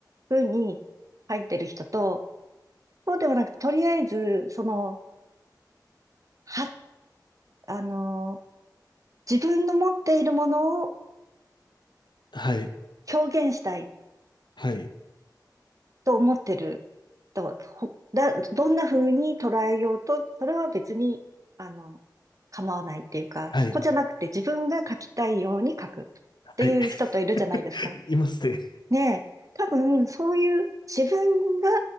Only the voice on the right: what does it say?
ふうに書いてる人と、そうではなく、とりあえず、その、は、あの、自分の持っているものを
表現したい
と思ってると、ほだ、どんな風に捉えようと、それは別に、あの、構わないっていうか、
そこじゃなくて自分が書きたいように書くっていう人といるじゃないですか。
ねえ、多分そういう自分がっ